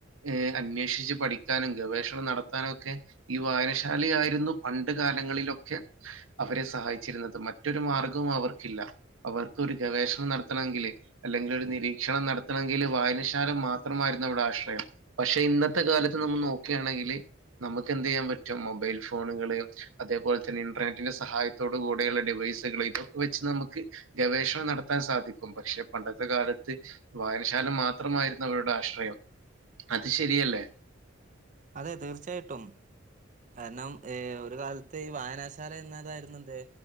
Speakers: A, on the right; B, on the right.
A: ഏ അന്വേഷിച്ച് പഠിക്കാനും ഗവേഷണം നടത്താനും ഒക്കെ ഈ വായനശാല ആയിരുന്നു പണ്ട് കാലങ്ങളിലൊക്കെ അവരെ സഹായിച്ചിരുന്നത് മറ്റൊരു മാർഗവും അവർക്കില്ല അവർക്ക് ഒരു ഗവേഷ് നടത്തണമെങ്കില് അല്ലെങ്കിൽഒര് നിരീക്ഷണംനടത്തണമെങ്കില് വായനശാല മാത്രമായിരുന്നു അവിടെ ആശ്രയം. പക്ഷെഇന്നെത്തെ കാലത്ത്ന്നമ്മൾ നോക്കുക്കെയാണെങ്കിൽ ന്നമുക്ക് എന്ത് ചെയ്യാൻപറ്റും മൊബൈൽഫോണുകള് അതേപോലെതെന്നെ ഇന്റർനെറ്റിന്റെ സഹായത്തോട് കൂടെയുള്ള ഡിവൈസുകൾ ഇതൊക്കെവെച്ച് ന്നമുക്ക് ഗവേഷണംനടത്താൻ സാധിക്കും പക്ഷെപണ്ടത്തെ കാലത്ത് വായനശാലമാത്രമായിരുന്നു അവരുടെ ആശ്രയം അത് ശെരിയല്ലേ?
B: അതെ തീർച്ചയായിട്ടും. കാരണം ഏഹ് ഒര്കാലത്ത് ഈ വായനാശാലഎന്നതായിരുന്നുത്